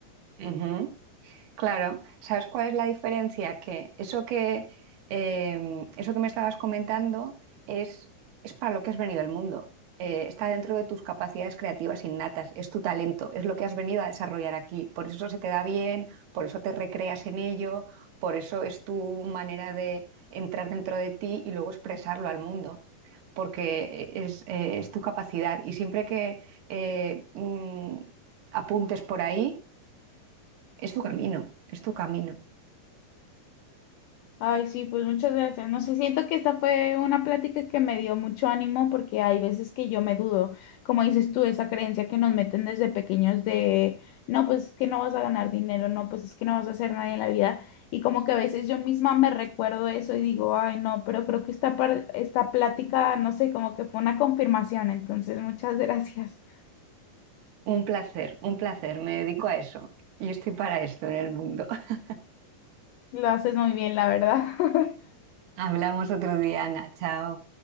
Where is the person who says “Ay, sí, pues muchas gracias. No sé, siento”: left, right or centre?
Left